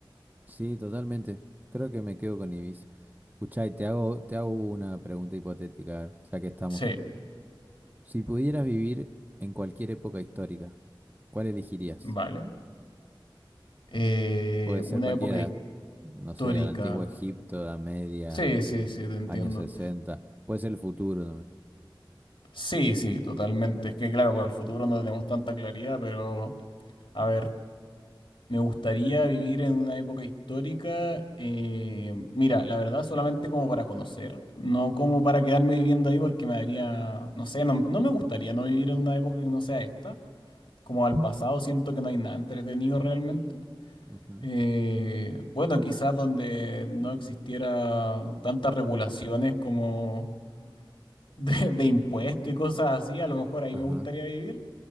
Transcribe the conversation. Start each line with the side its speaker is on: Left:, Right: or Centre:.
Right: Sí, totalmente. Creo que me quedo con Ibiza. Escuchá, y te hago, te hago una pregunta hipotética, a ver, ya que estamos.
Left: Sí,
Right: Si pudieras vivir en cualquier época histórica, ¿cuál elegirías?
Left: vale. Eh,
Right: Puede ser
Left: una
Right: cualquiera,
Left: época
Right: no
Left: histórica.
Right: sé, al antiguo Egipto, Edad Media,
Left: Sí, sí, sí, te entiendo.
Right: años 60, puede ser el futuro también.
Left: Sí, sí, totalmente. Es que claro, para el futuro no tenemos tanta claridad, pero a ver, me gustaría vivir en una época histórica. eh, mira, la verdad, solamente como para conocer, no como para quedarme viviendo ahí porque me daría, no sé, no, no me gustaría no vivir en una época que no sea esta. Como al pasado siento que no hay nada entretenido realmente.
Right: Ujú.
Left: Eh, bueno, quizás donde no existiera tantas regulaciones como de, de impuestos y cosas así, a lo mejor ahí
Right: Ajá,
Left: me gustaría vivir.